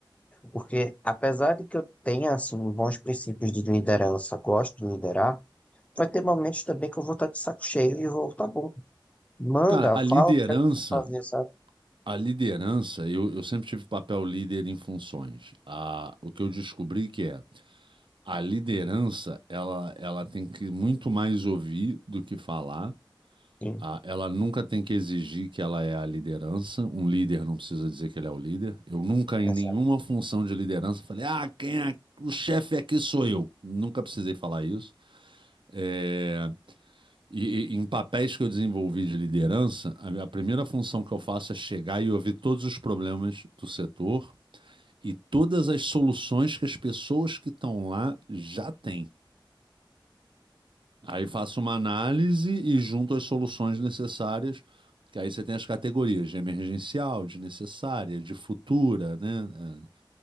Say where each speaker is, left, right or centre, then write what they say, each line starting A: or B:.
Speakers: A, on the left; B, on the right.
A: porque apesar de que eu tenha assim bons princípios de liderança, gosto de liderar, vai ter momentos também que eu vou estar de saco cheio e vou, tá bom, manda,
B: Cara, a
A: fala
B: liderança,
A: o que é que tem que fazer, sabe?
B: a liderança, eu, eu sempre tive papel líder em funções. A, o que eu descobri que é, a liderança, ela, ela tem que muito mais ouvir do que falar.
A: Sim,
B: A- ela nunca tem que exigir que ela é a liderança. Um líder não precisa dizer que ele é o líder. Eu nunca, em
A: exato,
B: nenhuma função de liderança, falei, ah, quem é o chefe aqui sou eu. Nunca precisei falar isso. É, E, e em papéis que eu desenvolvi de liderança, a, a primeira função que eu faço é chegar e ouvir todos os problemas do setor e todas as soluções que as pessoas que estão lá já têm. Aí faço uma análise e junto as soluções necessárias, que aí você tem as categorias de emergencial, de necessária, de futura, né? É,